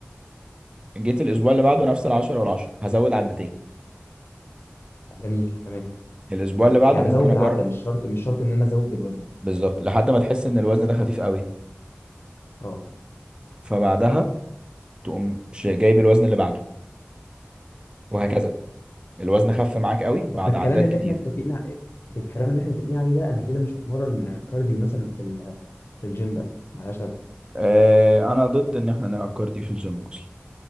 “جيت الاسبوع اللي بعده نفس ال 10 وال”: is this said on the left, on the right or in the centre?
Right